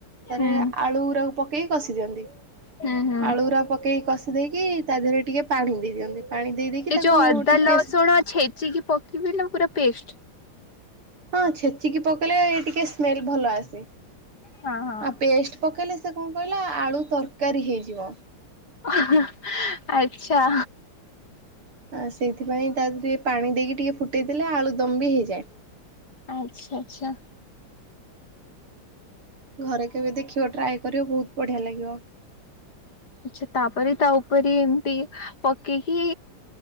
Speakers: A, on the right (about 80°); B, on the left (about 50°).
A: ତାରେ
B: ହୁଁ।
A: ଆଳୁ ଗୁରାକୁ ପକେଇକି କଷି ଦିଅନ୍ତି
B: ହୁଁ ହୁଁ
A: ଆଳୁୁଗୁରାକୁ ପକେଇକି କଷି ଦେଇକି ତା ଦେହରେ ଟିକେ ପାଣି ଦେଇ ଦିଅନ୍ତି ପାଣି ଦେଇ ଦେଇକି
B: ଏ
A: ତାକୁ
B: ଯୋଉ ଅଦା
A: ଟିକେ
B: ଲସୁଣ ଛେଚିକି ପକେଇବି ନା ପୁରା ପେଷ୍ଟ?
A: ହଁ ଛେଚିକି ପକେଇଲେ ଏ ଟିକେ ସ୍ମେଲ ଭଲ ଆସେ
B: ହଁ ହଁ।
A: ଆଉ ପେଷ୍ଟ ପକେଇଲେ ସେ କଣ କହିଲା ଆଳୁ ତରକାରୀ ହେଇଯିବ।
B: ଅ ହ ଆଚ୍ଛା।
A: ଆ ସେଇଥିପାଇଁ ତା ଦେରେ ଟିକେ ପାଣି ଦେଇକି ଟିକେ ଫୁଟେଇ ଦେଲେ ଆଳୁଦମ୍ ବି ହେଇଯାଏ।
B: ଆଚ୍ଛା ଆଚ୍ଛା।
A: ଘରେ କେବେ ଦେଖିବ ଟ୍ରାଏ କରିବ ବହୁତ ବଢ଼ିଆ ଲାଗିବ।
B: ଆଛା ତାପରେ ତା ଉପରେ ଏମତି ପକେଇକି